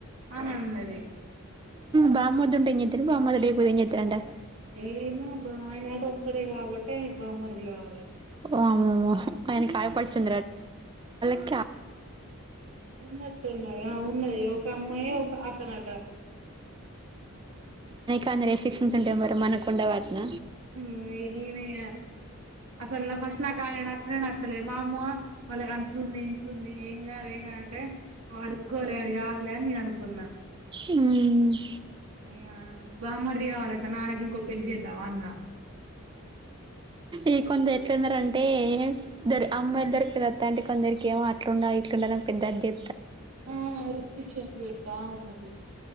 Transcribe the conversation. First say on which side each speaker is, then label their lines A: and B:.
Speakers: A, on the right (about 70°); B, on the right (about 20°).
A: అని అన్నది
B: బామర్ది ఉంటే ఏం చేస్తారు బామ్మర్ది లేకపోతే ఏం చేస్తారంట
A: ఏమో బా ఆయనట ఒక్కడే కాబట్టే బామ్మర్ది కావాలంట
B: ఓమ ఆయనకి ఆడపడుచు <unintelligible>
A: ఉన్నట్టున్నది ఆ ఉన్నది ఒక అమ్మాయి ఒక అతనట
B: కానీ రిస్ట్రిక్షన్స్ ఉంటాయి మరీ మనకు ఉండవంటన
A: <unintelligible> అసలు నాకు ఫస్ట్ నాకు ఆయన నచ్చనే నచ్చలే మా అమ్మో వాళ్ళకి అంతుంది ఇతుంది ఏం కాదు ఏం కాదు అంటే అడుక్కోలే అది కాదులే నేను అనుకున్నా
B: ఉమ్
A: ఇగ బామ్మర్ది కావాలంట నాన్నకి ఇంకో పెళ్లి చేద్దామా అన్నా
B: ఈ కొంత ఎట్లంద రండి అంటే అంటే దరి అమ్మాయిద్దరి క దత్త అంటే కొందరికి ఏమో అట్లా ఉండాలి ఇట్లు ఉండాల పెద్దద్ద
A: ఆ రిస్ట్రిక్షన్స్ పెడతా ఉన్నాలు